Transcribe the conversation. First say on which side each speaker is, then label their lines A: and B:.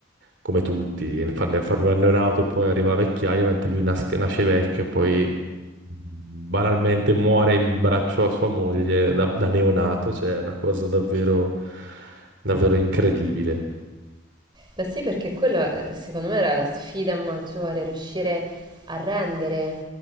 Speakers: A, on the right; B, on the right.
A: come tutti, farne, farne un anno in auto e poi arriva la vecchiaia, mentre lui nasce, nasce vecchio e poi banalmente muore in braccio a sua moglie da, da neonato, cioè è una cosa davvero, davvero incredibile.
B: Beh sì, perché quello eh, secondo me era la sfida maggiore, riuscire a rendere